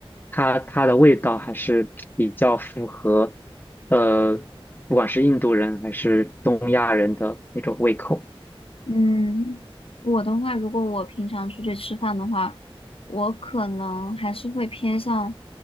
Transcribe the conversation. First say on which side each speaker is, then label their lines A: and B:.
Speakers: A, on the left (about 20°); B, on the left (about 70°).
A: 它它的味道还是比较符合，呃，不管是印度人还是东亚人的那种胃口。
B: 嗯，我的话，如果我平常出去吃饭的话，我可能还是会偏向